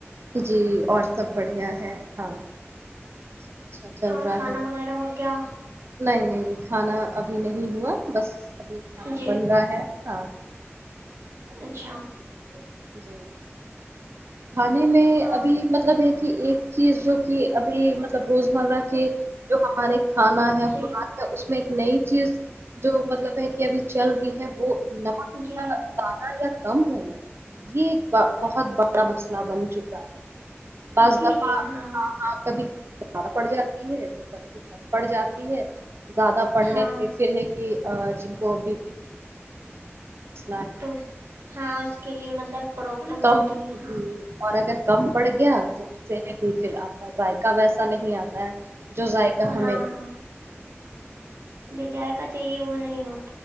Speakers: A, on the right (about 60°); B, on the right (about 75°).
A: جی اور سب بڑھیا ہے ہاں سب اچھا چل
B: اور
A: رہا
B: کھانا
A: ہے
B: وغیرہ ہو گیا
A: نہیں نہیں کھانا ابھی نہیں ہوا بس ابھی کھانا
B: جی
A: بن رہا ہے ہاں ابھی
B: اچھا
A: کھاناا جی کھانے میں
B: اور
A: ابھی مطلب ہے کہ ایک چیز جو کہ اب ج سب روزمرہ کے جو ہمارے کھانا ہے
B: جی
A: خوراک ہے اس میں نئی چیز جو مطلب ہے کہ ابھی چل رہی ہے وہ نمک
B: جی
A: کا زیادہ یا کم ہونا یہ ایک بہت بڑا مسئلہ بن چکا ہے بعض
B: جی
A: دفعہ
B: جی ہاں <unintelligible>
A: کبھی <unintelligible> زیادہ پڑھنے
B: ہاں
A: سے پھر ہے کہ <unintelligible> جن کو بی پی <unintelligible>
B: تو ہاں اس کے لیے مطلب پرابلم
A: کم
B: ہوتی ہے ہاں
A: پڑ گیا تو اس سے ہے کہ <unintelligible> پھر آپ کا ذائقہ ویسا نہیں آتا جو ذائقہ ہمیں
B: ہاں ہاں
A: تو
B: جو جائق
A: بس،
B: چاہیے وہ نہیں ہو